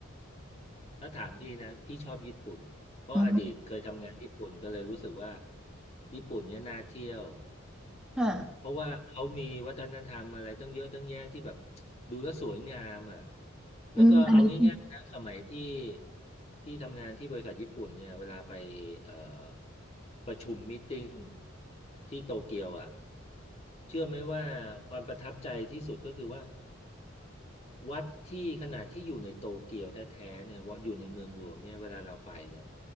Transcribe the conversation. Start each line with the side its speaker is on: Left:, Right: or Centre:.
Left: <laughs> ถ้าถามพี่นะพี่ชอบญี่ปุ่นเพราะอดีตเคยทำงานญี่ปุ่นก็เลยรู้สึกว่า
Centre: อืม
Left: ญี่ปุ่นเนี่ยน่าเที่ยว
Centre: ค่ะ
Left: เพราะว่าเขามีวัฒนธรรมอะไรตั้งเยอะตั้งแยะที่แบบดูแล้วสวยงามอ่ะแล้วก็เอาง่ายๆนะสมัยที่
Centre: อืมอันนี้
Left: ที่ทำงานที่บริษัทญี่ปุ่นเนี่ยเวลาไปเอ่อประชุมมีตติ้งที่โตเกียวอ่ะเชื่อไหมว่าความประทับใจที่สุดก็คือว่า วัดที่ขนาดที่อยู่ในโตเกียวแท้ๆเนี่ยว่าอยู่ในเมืองหลวงเนี่ยเวลาเราไปเนี่ย